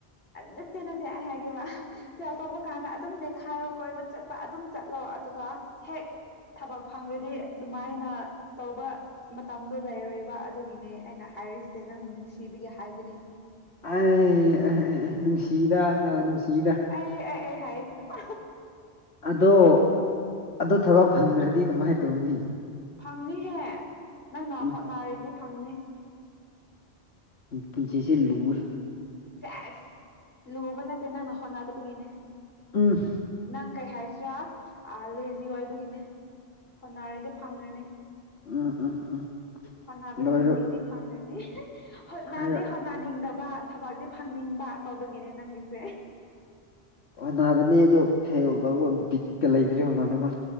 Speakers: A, on the left; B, on the left.
A: ꯅꯠꯠꯇꯦ ꯅꯠꯇꯦ ꯑꯩ ꯍꯥꯏꯒꯦꯕ ꯐꯦꯜ ꯇꯧꯕ ꯀꯥꯟꯗ ꯑꯗꯨꯝ ꯅꯩꯈꯥꯏꯔꯣ ꯀꯣꯏꯕ ꯆꯠꯄ ꯑꯗꯨꯝ ꯆꯠꯂꯣ ꯑꯗꯨꯒ ꯍꯦꯛ ꯊꯕꯛ ꯐꯪꯗ꯭ꯔꯗꯤ ꯑꯗꯨꯃꯥꯏꯅ ꯇꯧꯕ ꯃꯇꯝꯗꯣ ꯂꯩꯔꯣꯏꯕ ꯑꯗꯨꯒꯤꯅꯦ ꯑꯩꯅ ꯍꯥꯏꯔꯤꯁꯦ ꯅꯪꯕꯨ ꯅꯨꯡꯁꯤꯕꯤꯒꯦ ꯍꯥꯏꯕꯅꯦ
B: ꯑꯩ ꯑꯦ ꯅꯨꯡꯁꯤꯗ ꯅꯨꯡꯁꯤꯗ꯫
A: ꯑꯩ ꯑꯩ ꯑꯩ ꯍꯥꯏꯁꯤ ꯅꯨꯄꯥ
B: ꯑꯗꯣ ꯑꯗꯣ ꯊꯕꯛ ꯐꯪꯗ꯭ꯔꯗꯤ ꯀꯃꯥꯏꯅ ꯇꯧꯅꯤ
A: ꯐꯪꯅꯤꯍꯦ ꯅꯪꯅ
B: ꯎꯝ
A: ꯍꯣꯠꯅꯔꯗꯤ ꯐꯪꯅꯤ
B: ꯄꯨꯟꯁꯤꯁꯦ ꯂꯨꯏ
A: ꯆꯁ ꯂꯨꯕ ꯅꯠꯇꯦ ꯅꯪꯅ ꯍꯣꯠꯅꯗꯕꯒꯤꯅꯦ
B: ꯎꯝ
A: ꯅꯪ ꯀꯩ ꯍꯥꯏꯁꯤꯔꯥ ꯂꯦꯖꯤ ꯑꯣꯏꯕꯒꯤꯅꯦ ꯍꯣꯟꯅꯔꯤꯗꯤ ꯐꯪꯅꯤ
B: ꯎꯝ ꯎꯝ ꯎꯝ
A: ꯍꯣꯠꯅꯕ
B: ꯂꯣꯏꯔꯣ
A: ꯃꯤꯁꯤꯡꯗꯤ ꯐꯪꯗ꯭ꯔꯅꯤ ꯍꯣꯠꯅꯗꯤ
B: ꯍꯥꯏꯔ
A: ꯍꯣꯠꯅꯅꯤꯡꯗꯕ ꯊꯕꯛꯇꯤ ꯐꯪꯅꯤꯡꯕ ꯇꯧꯕꯒꯤꯅꯦ ꯅꯪꯒꯤꯁꯦ
B: ꯍꯣꯠꯅꯕꯅꯦ ꯑꯗꯣ ꯐꯦꯜ ꯇ ꯕꯤꯠꯀ ꯂꯩꯗ꯭ꯔꯦ ꯍꯣꯠꯅꯅꯕ